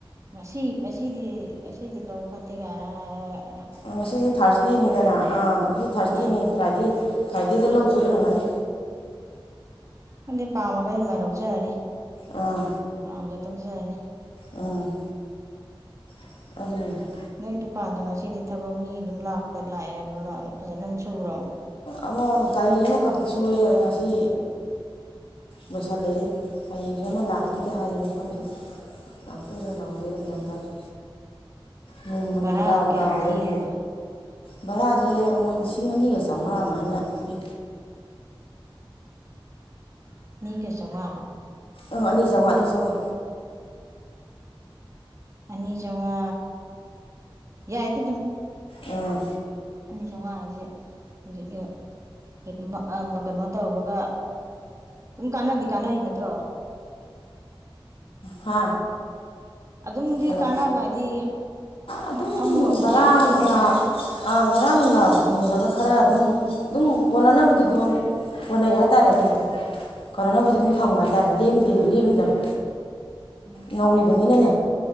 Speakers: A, on the right; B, on the left.
A: ꯉꯁꯤ ꯉꯁꯤꯗꯤ ꯉꯁꯤꯗꯤ ꯂꯧ ꯐꯠꯇꯦ ꯀꯥꯏꯅ ꯍꯥꯏꯔꯒ
B: ꯉꯁꯤꯁꯦ ꯊꯥꯔꯁꯗꯦꯅꯤꯗꯅ ꯉꯁꯤ ꯊꯥꯔꯁꯗꯦꯅꯤ
A: ꯑꯥ
B: ꯐ꯭ꯔꯥꯏꯗꯦ ꯐꯔꯥꯏꯗꯦꯗ ꯂꯧꯗꯣꯏ ꯑꯣꯏꯝꯒꯅꯤ
A: ꯑꯗꯨꯗꯤ ꯄꯥꯝꯃꯒꯗꯤ ꯃꯥꯏꯅ ꯂꯧꯖꯔꯅꯤ
B: ꯑꯥ
A: ꯍꯥꯡꯗ ꯇꯣꯛꯆꯔꯅꯤ
B: ꯎꯝ <unintelligible>
A: ꯅꯣꯏ ꯗꯨꯀꯥꯟꯗꯣ ꯉꯁꯤꯗꯤ ꯊꯕꯛ ꯃꯤ ꯑꯗꯨꯝ ꯂꯥꯛꯄ ꯂꯥꯛꯑꯦ ꯍꯥꯏꯕ꯭ꯔꯣ ꯐꯖꯅ ꯁꯨꯕ꯭ꯔꯣ
B: ꯑꯃ ꯒꯥꯔꯤ ꯑꯃꯈꯛꯇꯤ ꯁꯨꯏꯌꯦ ꯉꯁꯤ ꯂꯣꯏꯁꯤꯜꯂꯤꯅꯤ ꯍꯌꯦꯡꯁꯨ ꯑꯃ ꯂꯥꯛꯀꯅꯤꯗꯤ ꯍꯥꯏꯌꯦ ꯑꯗꯣ ꯈꯪꯗꯦ ꯂꯥꯛꯇꯣꯏꯔꯥ ꯂꯥꯛꯗꯣꯏꯔꯥ ꯒ꯭ꯌꯥꯟ ꯇꯥꯗꯦ ꯅꯣꯡꯃ ꯅꯣꯡꯃꯒꯤ
A: ꯕꯥꯔꯥ
B: ꯗꯥꯎ
A: ꯀꯌꯥꯝ
B: ꯗꯥꯎꯗꯅꯤ
A: ꯊꯤꯔꯤꯒꯦ
B: ꯚꯔꯥꯁꯦ ꯃꯨꯣꯏ ꯂꯤꯁꯤꯡ ꯑꯅꯤꯒ <unintelligible> ꯆꯥꯎꯉꯥ ꯃꯥꯏꯅ ꯊꯤ
A: <unintelligible> ꯆꯉꯥ
B: ꯑꯪ ꯑꯅꯤꯆꯧꯉꯥ ꯑꯅꯤꯆꯧꯉꯥ
A: ꯑꯅꯤ ꯆꯧꯉꯥ ꯌꯥꯏꯗ ꯑꯗꯨꯝ
B: ꯑꯥ
A: ꯑꯅꯤ ꯆꯥꯝꯃꯉꯥ ꯍꯥꯏꯁꯦ <unintelligible> <unintelligible> ꯀꯩꯅꯣ ꯇꯧꯕꯒ ꯑꯗꯨꯝ ꯀꯥꯟꯅꯗꯤ ꯀꯥꯟꯅꯔꯤ ꯅꯠꯇ꯭ꯔꯣ
B: ꯍꯥ
A: ꯑꯗꯨꯝꯗꯤ
B: ꯍꯜꯂꯣ
A: ꯀꯥꯟꯅꯕ ꯍꯥꯏꯗꯤ
B: ꯑꯗꯨꯝ
A: ꯐꯝꯕ ꯍꯧꯔꯛꯄꯗꯩꯗꯤ
B: ꯕꯔꯥ
A: ꯈꯔ
B: ꯅꯨꯡꯂꯥ
A: ꯈꯔ ꯀꯥꯟꯅ
B: ꯕꯔꯥ ꯅꯨꯡꯂꯥ ꯍꯨꯟꯕꯒ ꯈꯔ ꯑꯗꯨꯝ ꯑꯗꯨꯝ ꯀꯣꯟꯅꯅꯕꯗꯤ ꯑꯗꯨ ꯀꯣꯟꯅꯩ ꯍꯥꯏꯇꯥꯔꯦꯅꯦ ꯑꯗꯨ <unintelligible>
A: ꯎꯝ
B: <unintelligible> ꯂꯦꯝꯗꯤ ꯂꯦꯝꯗꯕ
A: ꯎꯝ
B: ꯅꯧꯔꯤꯕꯅꯤꯅꯅꯦ